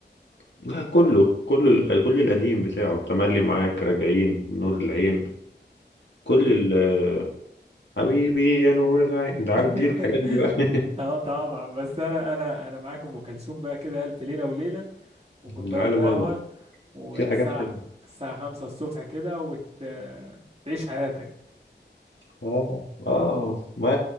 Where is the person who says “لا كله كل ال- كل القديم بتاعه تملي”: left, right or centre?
Left